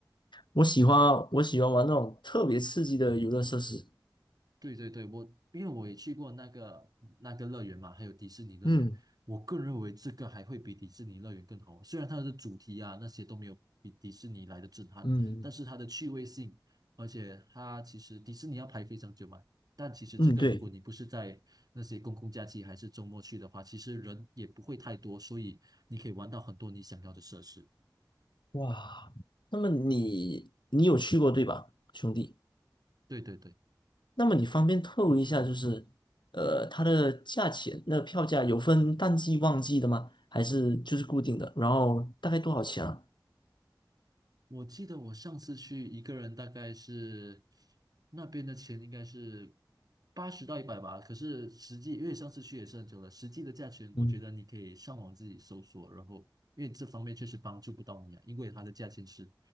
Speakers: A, on the left; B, on the right.
A: 我喜欢我喜欢玩那种特别刺激的游乐设施。
B: 对对对，我因为我也去过那个那个乐园嘛，还有迪士尼乐园，
A: 嗯
B: 我个人认为这个还会比迪士尼乐园更好。虽然它的主题啊那些都没有比迪士尼来的震撼，
A: 嗯
B: 但是它的趣味性，而且它其实迪士尼要排非常久嘛，但其实这个如果你不是在那些公共假期还是周末去的话，
A: 嗯，对。
B: 其实人也不会太多，所以你可以玩到很多你想要的设施。
A: 哇，那么你你有去过对吧，兄弟？
B: 对对对。
A: 那么你方便透露一下，就是呃，它的价钱，那票价有分淡季旺季的吗？还是就是固定的？然后大概多少钱啊？
B: 我记得我上次去一个人，大概是那边的钱应该是八十到一百吧。可是实际，因为上次去也是很久了，实际的价钱，我觉得你可以上网自己搜索。
A: 嗯。
B: 然后，因为这方面确实帮助不到你啊，因为它的价钱是